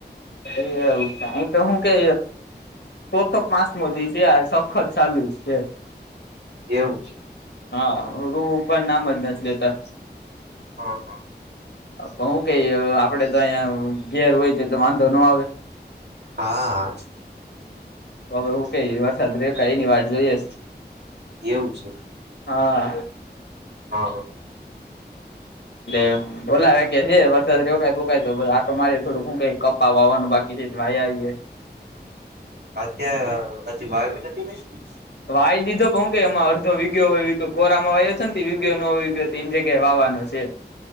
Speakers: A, on the left; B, on the right.
A: અરે સાં તો હું કે ચોથક માસ મો દિવસે આ સખત ચાલુ જ છે.
B: એવું છે.
A: હા રો પણ નામ જ નસ તો
B: હા હા
A: પણ હું કઈ આપડે તો અહીંયા ઘેર હોય તો એટલે વાંધો ન આવે
B: હા
A: હવે હું ક વરસાદ બ્રેક એની વાત જોઈએ.
B: એવું છે
A: હા
B: હા
A: લલે બોલાવે કે છે વરસાદ રોકાય બોકાય તો આટો મારીએ થોડો ઘૂંકાય કપા વાવાનું બાકી છે ભઈ આવી
B: ત્યા હજી વાવવી
A: વાઈ દીધો કે હું કે એમાં અડધો વિીગયો કોરામાં વાયો છે વિગયો નોગયો તે જગ્યાએ વાવાનો છે.